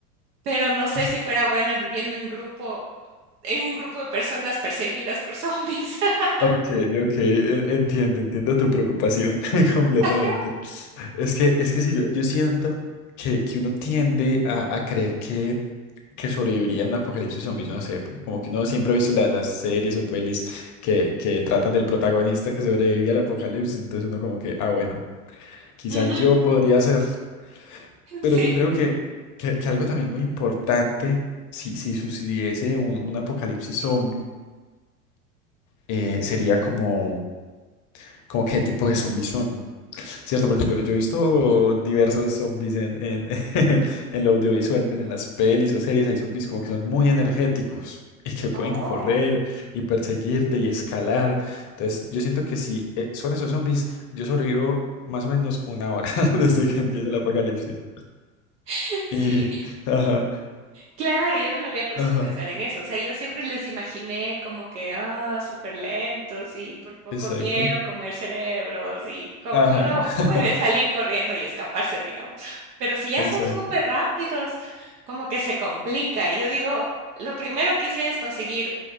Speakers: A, on the right; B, on the left.
A: pero no sé
B: es-
A: si fuera buena viviendo en grupo, en un grupo de personas perseguidas por zombies. <laughs>
B: ok, ok, e- entiendo, entiendo tu preocupación <laughs> completamente.
A: Ajá,
B: Es que, es que sí, yo, yo siento que, que uno tiende a, a creer que que sobrevivirían a un apocalipsis zombie, yo no sé, como que uno siempre ha visto la- las series o pelis que, que tratan del protagonista que sobrevive al apocalipsis, entonces uno como que, ah, bueno, quizás
A: ujú,
B: yo podría hacerlo, pero
A: Sí.
B: yo creo que, que, que algo también muy importante, si, si sucediese un, un apocalipsis zombie, eh, sería como, como qué tipo de zombies son. Cierto, porque yo, yo he visto diversos zombies en, en, <laughs> en lo audiovisual, pues en las pelis o series hay zombies como que son muy energéticos y que pueden
A: Oh.
B: correr y perseguirte y escalar. Entonces, yo siento que si eh, son esos zombies, yo sobrevivo más o menos una hora <laughs> desde que empieza el apocalipsis.
A: <laughs> Sí.
B: Y, ajá,
A: Claro, yo no me había puesto
B: ajá,
A: a pensar en eso, o sea, yo siempre les imaginé como que, ah, súper lentos y por poco
B: exacto,
A: quiero comer cerebros y como
B: ajá,
A: que uno
B: <laughs>
A: puede salir corriendo y escaparse, digamos, pero si ya
B: exacto,
A: son súper rápidos, como que se complica. Yo digo, lo primero que hiciera es conseguir